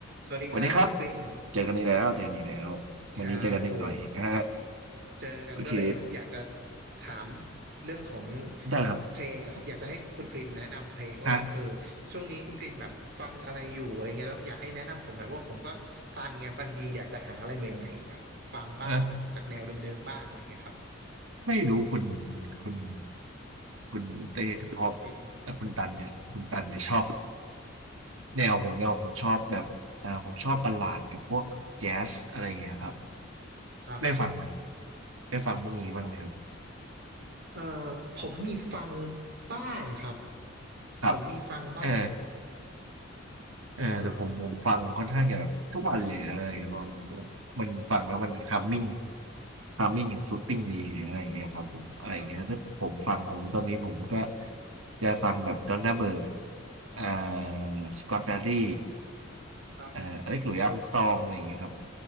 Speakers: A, on the right; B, on the right.
A: สวัสดีครับคุณกริน
B: วันนี้ครับเจอกันอีกแล้วเจอกันอีกแล้ววันนี้เจอกันนิดหน่อยอ่า
A: ครับโหเจอกันก็เลยอยากจะ
B: โอเค
A: ถามเรื่องของ
B: ได้ครับ
A: เพลงอะครับอยากจะให้คุณกรินแนะนำเพลงว่าแบบเออ
B: ฮะ
A: ช่วงนี้คุณกรินแบบฟังอะไรอยู่อะไรเงี้ยแล้วอยากให้แนะนำผมหน่อยเพราะว่าผมก็ตันไงบางทีอยากจะหาอะไรใหม่ๆแบบฟังบ้างออกจากแนวเดิมๆบ้างอะไรเงี้ยครับ
B: เออไม่รู้คุณคุณคุณเต้จะพอบ
A: เอ
B: แต่คุณตันจะคุณตันจะชอบแนวผมแนวผมชอบแบบอ่าผมชอบบัลลาดกับพวกแจ๊สอะไรอย่างเงี้ยครับ
A: ครับ
B: ได้ฟังไหมครับได้ฟังพวกนี้บ้างไหมครับ
A: เอ่อผมมีฟังบ้างครับ
B: ครับ
A: ผมมีฟังบ้าง
B: เออ เออแต่ผมผมฟังค่อนข้างจะแบบทุกวันเลยอะไรอย่างเงี้ยมันมันฟังแล้วมันคัมมิ่ง
A: เอ่อ
B: คัมมิ่งกับซูตติ้งดีหรืออะไรอย่างเงี้ยครับผมอะไรอย่างเงี้ยถ้าผมฟังของตอนนี้ผมก็
A: ครับ
B: จะฟังแบบดอนน่าเบิร์กอ่าสกอตแบรดี่
A: ครับ
B: เอ่ออเล็กหลุยส์อาร์มสตรองอะไรอย่างเงี้ยครับ